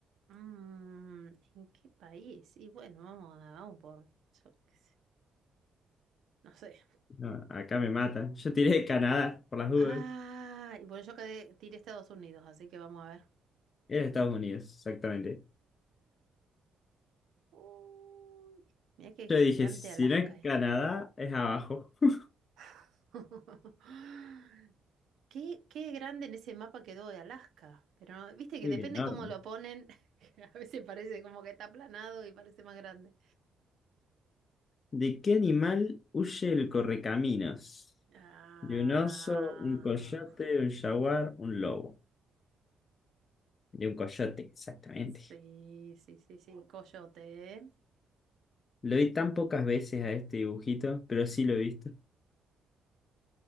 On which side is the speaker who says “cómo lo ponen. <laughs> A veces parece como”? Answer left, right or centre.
Right